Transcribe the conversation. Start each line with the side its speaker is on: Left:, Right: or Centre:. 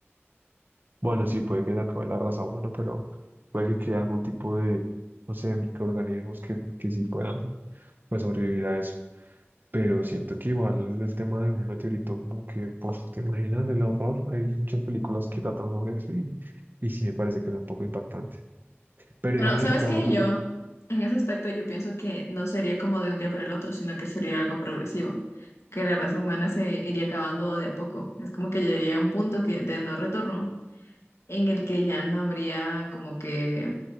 Right: bueno, sí, puede que se acabe la raza humana, pero puede que quede algún tipo de, no sé, microorganismos que, que sí puedan pues, sobrevivir a eso. Pero siento que igual el tema de un meteorito, como que, pues, ¿te imaginas el horror? Hay muchas películas que tratan sobre eso y, y sí me parece que es un poco impactante. Pero
Left: Pero,
Right: digamos
Left: ¿sabes
Right: el caso
Left: qué?
Right: que,
Left: Yo,
Right: tú-
Left: en ese aspecto, yo pienso que no sería como de un día para el otro, sino que sería algo progresivo, que la raza humana se iría acabando de a poco. Es como que llegaría a un punto que, de no retorno, en el que ya no habría como que